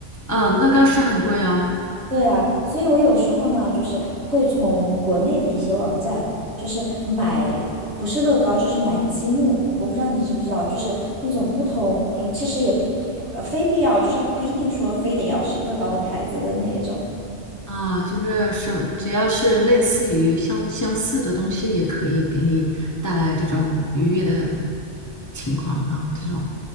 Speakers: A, on the left; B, on the right.
A: 嗯，乐高是很贵哦。
B: 对啊，所以我有时候呢，就是会从国内的一些网站，就是买，不是乐高，就是买积木。我不知道你知不知道，就是那种不同，其实也不，呃非必要，就是不一定说非得要是乐高的牌子的那一种。
A: 啊，就是什，只要是类似于相相似的东西，也可以给你带来这种愉悦的情况哈，这种